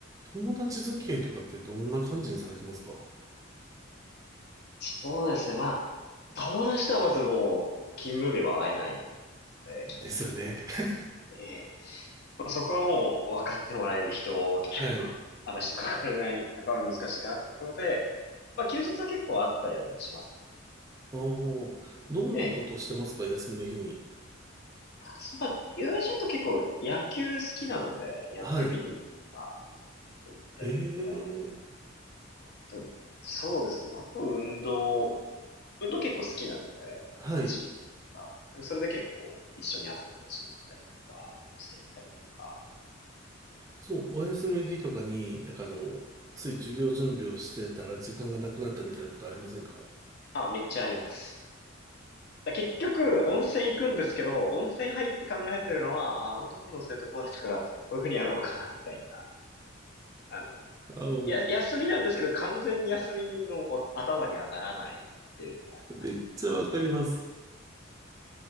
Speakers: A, on the right; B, on the left.
A: 友達付き合いとかってどんな感じにされてますか
B: そうですね、まあ、友達とはまずもう、勤務日は会えないので、基本的に。
A: ですよね。<laughs>
B: ええ、まあそこはもう、分かってもらえる人としか、
A: はい。
B: まあ、あまりちょっと関われない、関わるの難しいかなってところで、まあ、休日は結構あったりはでもしますね。
A: ああ、どんなことしてますか、
B: ええ。
A: 休みの日に。
B: そういえば、友人と結構野球好きなので、野球見に行くとか、
A: はい。
B: 結構行ったりとか、
A: へえ。
B: あと、そうですね、あと運動、運動結構好きなので、
A: はい。
B: 走るとか、それで結構一緒に汗流しに行ったりとか、温泉行ったりとか、
A: その、お休みの日とかに、なんかあの、つい授業準備をしてたら時間がなくなったみたいなことありませんか
B: あ、めっちゃあります。結局、温泉行くんですけど、温泉入って考えてるのは、ああの時の生徒こうだったから、こういうふうにやろうかな、みたいな。あの、
A: ああ、
B: や、休みなんですけど、完全に休みのお頭にはならないっていうのはあります。
A: めっちゃわかります。